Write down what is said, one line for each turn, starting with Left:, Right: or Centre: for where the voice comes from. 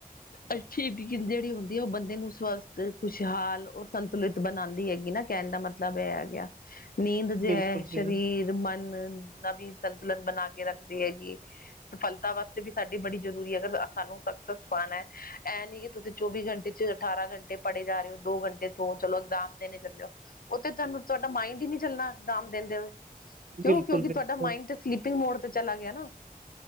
Left: ਅੱਛੀ ਬੀੰਦ ਜੇੜੀ ਹੋੰਦੀ ਏ ਔ ਬੰਦੇ ਨੂੰ ਸਵਸਥ ਖੁਸ਼ਹਾਲ ਔਰ ਸੰਤੁਲਿਤ ਬਣਾਂਦੀ ਹੈਗ ਗੀ ਨਾ ਕੈਣ ਦਾ ਮਤਲਬ ਏਹ ਐ ਗਿਆ, ਨੀਂਦ ਜੇ
Right: ਬਿਲਕੁਲ,
Left: ਹੈ
Right: ਬਿਲਕੁਲ,
Left: ਸਰੀਰ ਮਨ ਨਬੀ ਸੰਤੁਲਨ ਬਣਾ ਕੇ ਰੱਖਦੀ ਹੈਗੀ। ਸਫਲਤਾ ਵਾਸਤੇ ਵੀ ਸਾਡੀ ਬੜੀ ਜ਼ਰੂਰੀ ਐ। ਅਗਰ ਸਾਨੂੰ ਸਕਸੱਸ ਪਾਣੈ, ਐ ਨੀ ਕਿ ਤੁਸੀਂ ਚੌਵੀ ਘੰਟੇ ਚ ਅਠਾਰਾਂ ਘੰਟੇ ਪੜ੍ਹ ੜੇ ਜਾ ਰੇ ਔ ਦੋ ਘੰਟੇ ਸੋ ਚਲੋ ਐਗਜਾਮ ਦੇਣੇ ਚੱਲੇ ਜਾਓ। ਔਤੇ ਤੁਹਾਨੂੰ ਤੁਹਾਡਾ ਮਾਇੰਡ ਹੀ ਨੀ ਚੱਲਣਾ ਐਗਜਾਮ ਦੇੰੰਦੇ ਹੋਏ। ਕਿਉਂ
Right: ਬਿਲਕੁਲ,
Left: ਕਿਉਂਕਿ
Right: ਬਿਲਕੁਲ।
Left: ਤੁਹਾਡਾ ਮਾਈੰਡ ਤੇ ਸਲੀਪਿੰਗ ਮੋਡ ਤੇ ਚਲਾ ਗਿਆ ਨਾ।